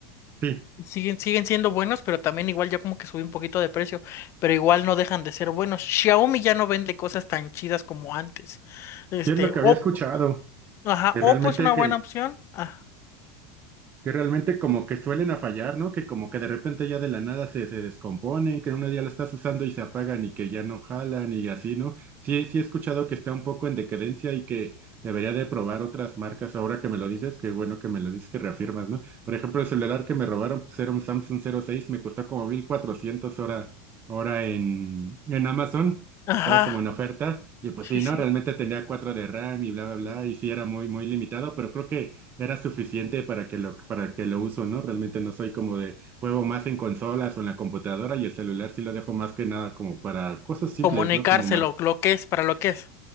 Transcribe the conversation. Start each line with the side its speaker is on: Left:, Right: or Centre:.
Right: sí.
Left: Siguen, siguen siendo buenos, pero también igual ya como que subí un poquito de precio, pero igual no dejan de ser buenos. Xiaomi ya no vende cosas tan chidas como antes. Este,
Right: Y es lo que había
Left: Oppo,
Right: escuchado,
Left: ajá,
Right: que realmente
Left: Oppo es una
Right: que
Left: buena opción. Ah,
Right: Que realmente como que suelen a fallar, ¿no? Que como que de repente ya de la nada se, se descomponen, que en unos días la estás usando y se apagan y que ya no jalan y así, ¿no? Sí, sí he escuchado que está un poco en decadencia y que debería de probar otras marcas ahora que me lo dices, qué bueno que me lo dices, que reafirmas, ¿no? Por ejemplo, el celular que me robaron, pues era un Samsung 06, me costó como 1400 hora, hora en, en Amazon.
Left: ajá,
Right: Estaba como en oferta, y pues
Left: sí,
Right: sí,
Left: sí.
Right: ¿no? Realmente tenía cuatro de RAM y bla, bla, bla, y sí era muy, muy limitado, pero creo que era suficiente para que lo, para que lo uso, ¿no? Realmente no soy como de juego más en consolas o en la computadora y el celular sí lo dejo más que nada como para cosas simples,
Left: Comunicárselo,
Right: ¿no? Como mar...
Left: lo que es, para lo que es.